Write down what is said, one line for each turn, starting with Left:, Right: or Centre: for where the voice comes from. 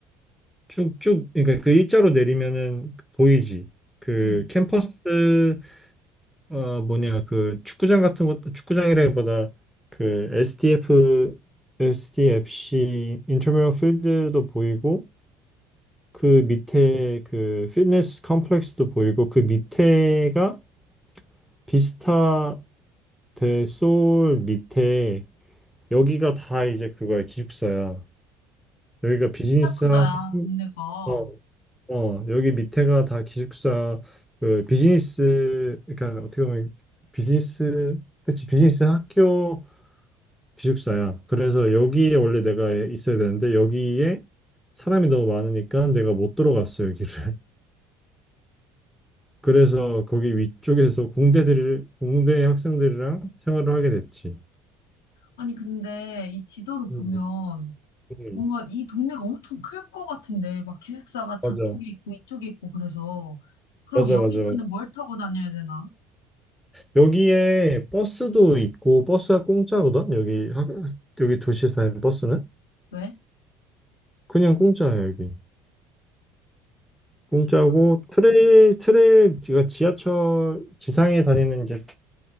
Centre: 쭉쭉 그러니까 그 일자로 내리면은 보이지. 그
Left: 응.
Centre: 캠퍼스 어, 뭐냐, 그 축구장 같은 것, 축구장이라기보다 그 SDF, SDFC 인터미럴 필드도 보이고 그 밑에 그 피트니스 컴플렉스도 보이고 그 밑에가 비스타 대 소울 밑에 여기가 다 이제 그거야 기숙사야. 여기가 비즈니스
Left: 진짜 크다,
Centre: 학생
Left: 야 동네가.
Centre: 어, 어, 여기 밑에가 다 기숙사 그 비즈니스 그러니까 어떻게 보면 비즈니스 그치 비즈니스 학교 기숙사야. 그래서 여기에 원래 내가 있어야 되는데 여기에 사람이 너무 많으니까 내가 못 들어갔어, 여기를. <laughs> 그래서 거기 위쪽에서 공대들, 공대 학생들이랑 생활을 하게 됐지.
Left: 아니, 근데 이 지도를 보면
Centre: 음, 음,
Left: 뭔가 이 동네가 엄청 클 것 같은데, 막 기숙사가 저쪽에
Centre: 맞아.
Left: 있고 이쪽에 있고 그래서. 그럼
Centre: 맞아,
Left: 여기서는
Centre: 맞아, 맞아.
Left: 뭘 타고 다녀야 되나?
Centre: 여기에 버스도 있고, 버스가 공짜거든? 여기, 학- 여기 도시에 사는 버스는?
Left: 왜?
Centre: 그냥 공짜야, 여기. 공짜고,
Left: 좋다.
Centre: 트레일, 트레일, 제가 지하철, 지상에 다니는 이제